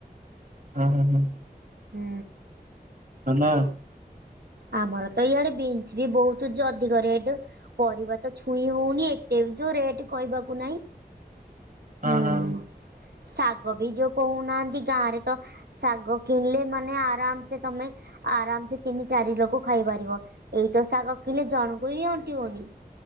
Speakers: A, on the right; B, on the right.
A: ଅ ହ ହଁ।
B: ହୁଁ।
A: ଧନ
B: ଆମର ତ ଇଆଡେ ବିନ୍ସ ବି ବହୁତ ଚ ଅଧିକ ରେଟ ପରିବା ତ ଛୁଇଁ ହଉନି ଏତ ଯୋଉ ରେଟ କହିବାକୁ ନାଇଁ
A: ହଁ
B: ହୁଁ।
A: ହଁ।
B: ଶାଗ ବି ଯୋଉ କହୁନାହାନ୍ତି ଗାଁରେ ତ ଶାଗ କିଣିଲେ ମାନେ ଆରାମ ସେ ତମେ ଆରାମ ସେ ତିନି ଚାରି ଲୋକ ଖାଇପାରିବ, ଏଇତ ଶାଗ କିଣିଲେ ଜଣଙ୍କୁ ବି ଅଣ୍ଟିବନି।